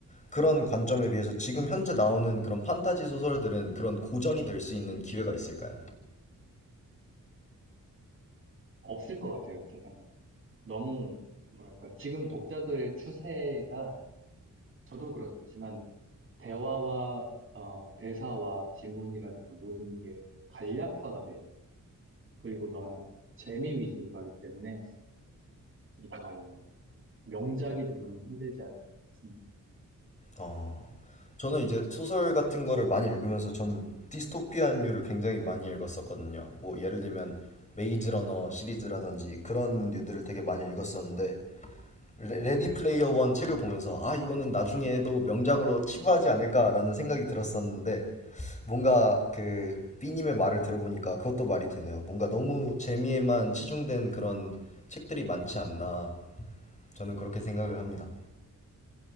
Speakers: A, on the left (about 20°); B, on the right (about 40°).
A: 그런 관점에 비해서 지금 현재 나오는 그런 판타지 소설들은 그런 고전이 될 수 있는 기회가 있을까요?
B: 없을 것 같아요, 제 생각에. 너무 뭐랄까 지금 독자들의 추세가 저도 그렇지만 대화와 어, 대사와 지문이라든가 모든 게 간략화가 돼요. 그리고 너무 재미 위주로 가기 때문에 이거 명작이 되기는 힘들지 않을까 싶습니다.
A: 어, 저는 이제 소설 같은 거를 많이 읽으면서 전 디스토피아류를 굉장히 많이 읽었었거든요. 뭐 예를 들면 메이즈 러너 시리즈라든지 그런 류들을 되게 많이 읽었었는데 레, 레디 플레이어 원 책을 보면서 아 이거는 나중에도 명작으로 치부하지 않을까라는 생각이 들었었는데 뭔가 그 B님의 말을 들어보니까 그것도 말이 되네요. 뭔가 너무 재미에만 치중된 그런 책들이 많지 않나 저는 그렇게 생각을 합니다.